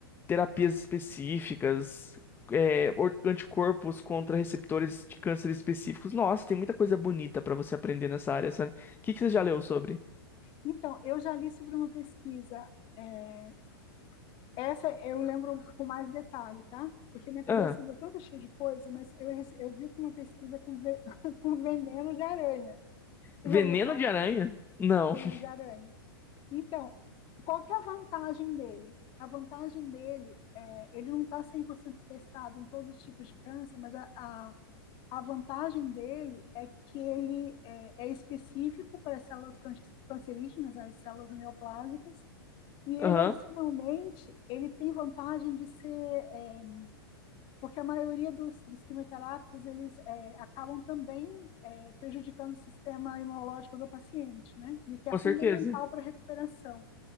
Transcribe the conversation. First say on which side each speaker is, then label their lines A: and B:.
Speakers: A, on the left (about 15°); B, on the left (about 40°).
A: terapias específicas, é, or- anticorpos contra receptores de câncer específicos. Nossa, tem muita coisa bonita pra você aprender nessa área, sabe? O que que você já leu sobre?
B: Então, eu já li sobre uma pesquisa é, Essa eu lembro com mais detalhe, tá? Porque minha cabeça
A: Ah,
B: ainda é toda cheia de coisa, mas eu, rece- eu vi uma pesquisa com, ve- <laughs> com veneno de aranha. Você
A: veneno
B: já ouviu falar?
A: de aranha? Não.
B: Veneno
A: <laughs>
B: de aranha. Então, qual que é a vantagem dele? A vantagem dele é, ele não está 100% testado em todos os tipos de câncer, mas a, a, a vantagem dele é que ele é, é específico para as células can- cancerígenas, as células neoplásicas, e ele,
A: Aham,
B: adicionalmente, ele tem vantagem de ser, é, porque a maioria dos, dos quimioterápicos, eles é, acabam também é, prejudicando o sistema imunológico do paciente, né? E que é
A: com
B: fundamental
A: certeza.
B: para a recuperação.